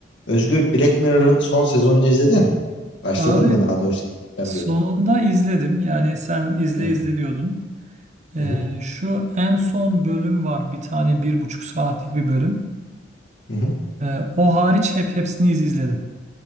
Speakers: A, on the left (about 75°); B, on the right (about 40°).
A: Özgür Black Mirror'ın son sezonunu izledin. Başladın
B: Abi
A: mı daha doğrusu? İzleyeceğim
B: sonunda
A: diyordun.
B: izledim. Yani sen izle
A: Evet.
B: izle diyordun. Ee,
A: Hı hı.
B: şu en son bölüm var. Bir tane bir buçuk saatlik bir bölüm.
A: Hı hı.
B: Ee, o hariç hep hepsini iz- izledim.